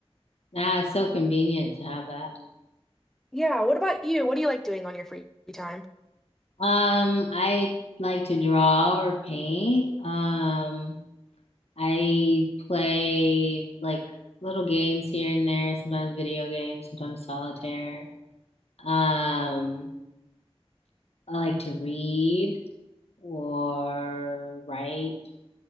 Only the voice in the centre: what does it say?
Yeah, what about you? What do you like doing on your free time?